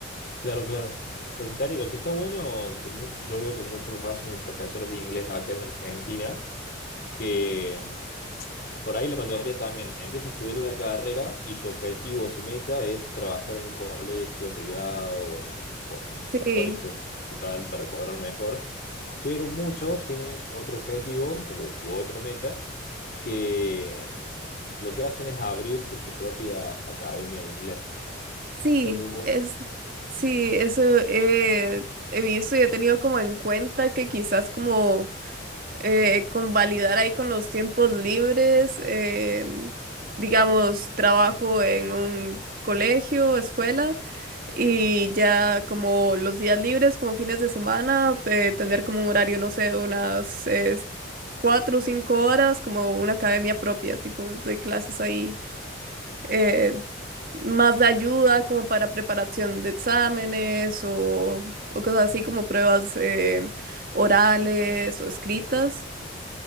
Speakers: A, on the left (about 50°); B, on the right (about 50°).
A: Claro, claro. Lo que está, lo que está bueno, que mu- yo veo que muchos los hacen de profesores de inglés acá en Argentina, que por ahí la mayoría también empieza a estudiar la carrera y su objetivo o su meta es trabajar en un colegio privado o en, o en
B: Sí,
A: un colegio municipal para cobrar mejor. pero muchos tienen otro objetivo u, u otra meta que lo que hacen es abrirse su propia academia de inglés.
B: sí,
A: Está muy bueno.
B: es, sí, eso he he visto y he tenido como en cuenta que quizás como eh, convalidar ahí con los tiempos libres, em, digamos, trabajo en un colegio, escuela, y ya como los días libres, como fines de semana, eh, tener como un horario, no sé, unas eh, cuatro o cinco horas, como una academia propia, tipo, doy clases ahí, eh, más de ayuda como para preparación de exámenes o, o cosas así como pruebas eh, orales o escritas.